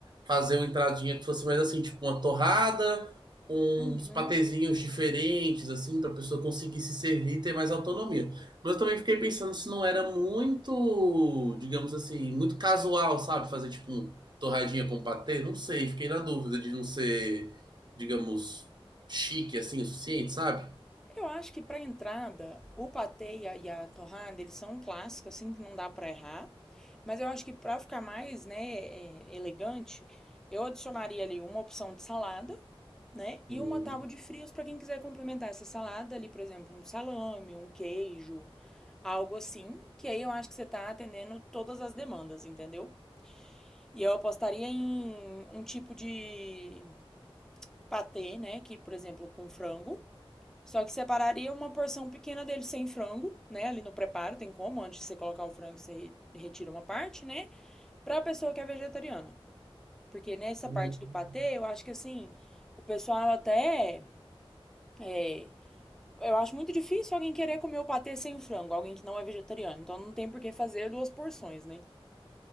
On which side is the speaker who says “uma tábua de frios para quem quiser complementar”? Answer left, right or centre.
Centre